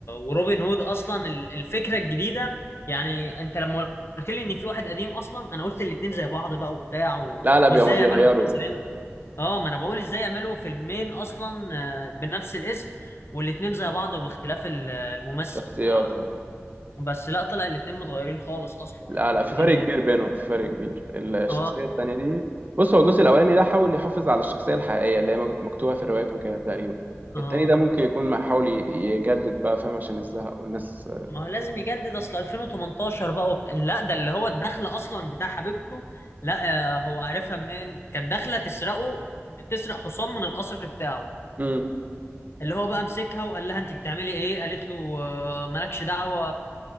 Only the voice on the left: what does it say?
وروبن هود اصلا ال- الفكره الجديده يعني انت لما قلت لي ان في واحد قديم اصلا انا قلت الاتنين زي بعض بقى وبتاع و...
وازاي
يعملوا مسلسلين اه ما انا بقول ازاي يعملوا فيلمين اصلا آه، بنفس الاسم والاتنين زي بعض باختلاف ال- الممثل
ما
بس لا طلع الاتنين متغيرين خالص اصلا
والدنيا
اه
اه
ما هو لازم يجدد اصل 2018 بقى وبت... لا ده اللي هو الدخله اصلا بتاع حبيبته لا آه، هو عارفها منين كانت داخله تسرقه تسرق حصان من القصر بتاعه
اللي هو بقى مسكها وقال لها انت بتعملي ايه قالت له آه، مالكش دعوه